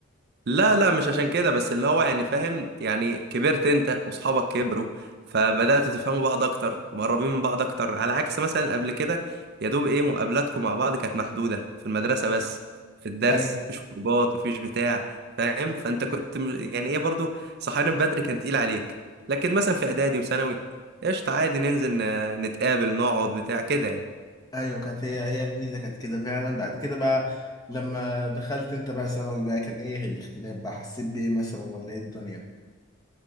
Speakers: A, on the right (about 50°); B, on the left (about 20°).
A: لا لا مش عشان كده بس اللي هو يعني فاهم يعني كبرت انت واصحابك كبروا فبدأتوا تفهموا بعض اكتر مقربين من بعض اكتر على عكس مثلا قبل كده يا دوب ايه مقابلاتكم مع بعض كانت محدودة في المدرسة بس في الدرس
B: أيوة
A: مفيش خروجات مفيش بتاع فاهم فانت كنت م- يعني ايه برضو صحيان بدري كان تقيل عليك لكن مثلا في اعدادي وثانوي قشطة عادي ننزل ن- نتقابل نقعد بتاع كده يعني
B: أيوة كانت هي هي الميزة كانت كده فعلا بعد كده بقى لما دخلت أنت بقى ثانوي بقى كان إيه الاختلاف بقى حسيت بإيه مثلا ولا إيه الدنيا؟